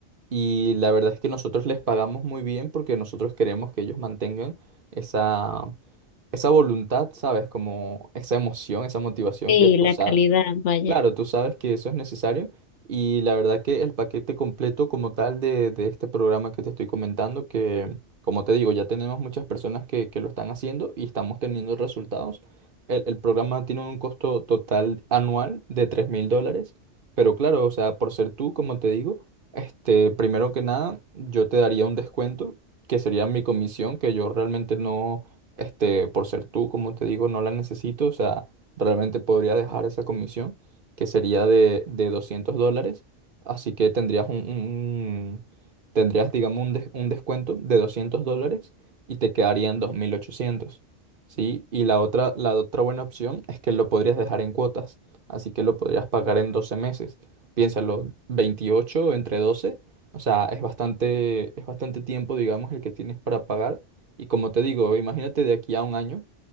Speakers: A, on the right (about 50°); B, on the left (about 80°).
A: Y la verdad es que nosotros les pagamos muy bien porque nosotros queremos que ellos mantengan esa, esa voluntad, ¿sabes? Como esa emoción, esa motivación
B: Sí,
A: que tú,
B: la
A: sa-
B: calidad, vaya.
A: Claro, tú sabes que eso es necesario y la verdad que el paquete completo como tal de, de este programa que te estoy comentando, que como te digo, ya tenemos muchas personas que, que lo están haciendo y estamos teniendo resultados. El, el programa tiene un costo total anual de tres mil dólares, pero claro, o sea, por ser tú, como te digo, este, primero que nada, yo te daría un descuento que sería mi comisión, que yo realmente no, este, por ser tú, como te digo, no la necesito, o sea, realmente podría dejar esa comisión que sería de, de 200 dólares. Así que tendrías un, un- tendrías, digamos, un, des- un descuento de 200 dólares y te quedarían 2.800, ¿sí? Y la otra, la otra buena opción es que lo podrías dejar en cuotas, así que lo podrías pagar en 12 meses. Piénsalo, 28 entre 12, o sea, es bastante, es bastante tiempo, digamos, el que tienes para pagar. Y como te digo, imagínate de aquí a un año